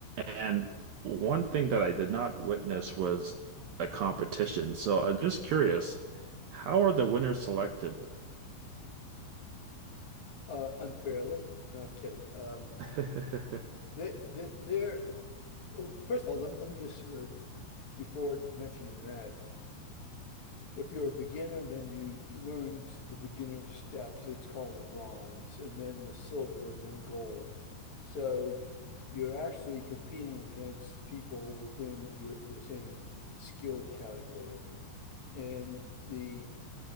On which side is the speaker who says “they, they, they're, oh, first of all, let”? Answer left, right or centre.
Left